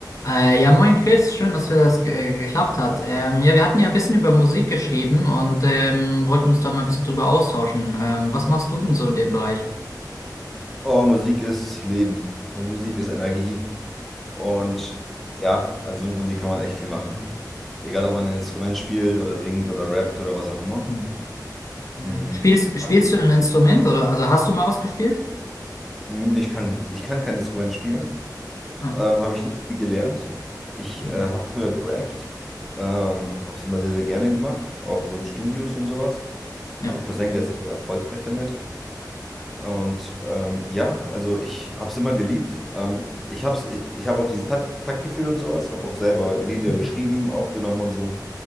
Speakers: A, on the left (about 45°); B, in the centre.
A: Äh, ja, moin Chris, schön, dass wir das ge äh, geklappt hat. Ähm, ja, wir hatten ja ein bisschen über Musik geschrieben und ähm, wollten uns da mal ein bisschen drüber austauschen. Ähm, was machst du denn so in dem Bereich?
B: Oh, Musik ist Leben. Also Musik ist Energie. Und ja, also mit Musik kann man echt viel machen. Egal, ob man ein Instrument spielt oder singt oder rappt oder was auch immer.
A: Hm. Ja.
B: Hm,
A: Spielst,
B: Ich, frag-
A: spielst du ein Instrument oder also hast du mal was gespielt?
B: Hm, ich kann, ich kann kein Instrument spielen.
A: Ah,
B: Ähm, habe ich nicht viel gelernt. Ich
A: Mhm.
B: äh, habe früher gerappt. Ähm, habe es immer sehr, sehr gerne gemacht. Auch so in Studios und sowas.
A: ja.
B: Habe einen Cousin, der ist sehr erfolgreich damit. Und ähm, ja, also ich habe es immer geliebt. Ähm, ich habe ich, ich hab auch dieses Takt, Taktgefühl und sowas, habe auch selber Lieder
A: Hm.
B: geschrieben, aufgenommen und so,